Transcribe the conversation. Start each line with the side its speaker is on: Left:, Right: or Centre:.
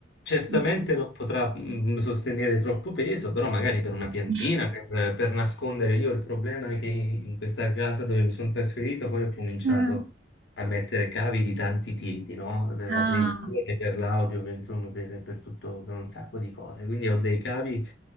Left: Certamente
Right: Mm.
Left: non potrà mm, sostenere troppo peso, però magari per una piantina,
Right: <laughs>
Left: per, per nascondere. Io il problema è che in questa casa dove mi sono trasferito poi ho cominciato
Right: Mm.
Left: a mettere cavi di tanti tipi, no? Per
Right: Ah,
Left: la televisione, per l'audio, per, insomma, per, per tutto, per un sacco di cose. Quindi ho dei cavi